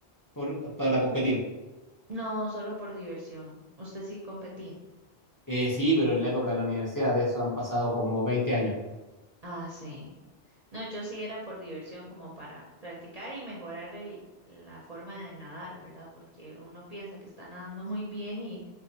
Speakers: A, on the left (about 20°); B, on the right (about 45°).
A: por- para competir?
B: No, solo por diversión. Usted sí competía.
A: Eh, sí, pero en la época de la universidad de eso han pasado como veinte años.
B: Ah, sí. No, yo sí era por diversión, como para practicar y mejorar el, la forma de nadar, ¿verdad? Porque uno piensa que está nadando muy bien y,